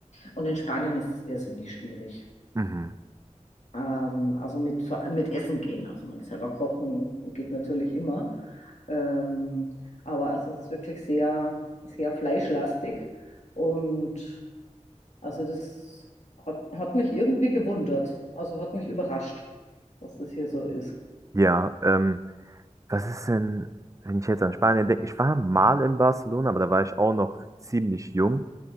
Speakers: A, on the left; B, on the right.
A: Und in Spanien ist es irrsinnig schwierig.
B: Mhm.
A: Ähm, also mit, mit Essen gehen. Also man selber kochen geht natürlich immer. Ähm, aber also es ist wirklich sehr, sehr fleischlastig. Und also das hat, hat mich irgendwie gewundert. Also hat mich überrascht, dass das hier so ist.
B: Ja, ähm, was ist denn, wenn ich jetzt an Spanien denke? Ich war mal in Barcelona, aber da war ich auch noch ziemlich jung.